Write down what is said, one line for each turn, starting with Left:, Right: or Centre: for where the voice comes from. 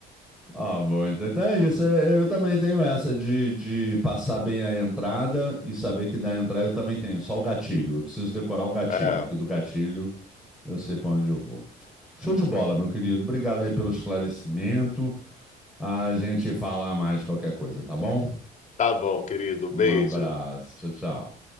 Centre: ah, bom, então, então é isso. É, Eu também tenho essa de, de passar bem a entrada e saber que da entrada eu também tenho, só o gatilho. Eu preciso decorar o gatilho,
Left: É,
Centre: que do gatilho eu sei para onde eu vou. Show de bola, meu querido. Obrigado aí pelo esclarecimento. A gente fala mais qualquer coisa, tá bom?
Left: tá bom, querido.
Centre: Um
Left: Beijo.
Centre: abraço. Tchau, tchau.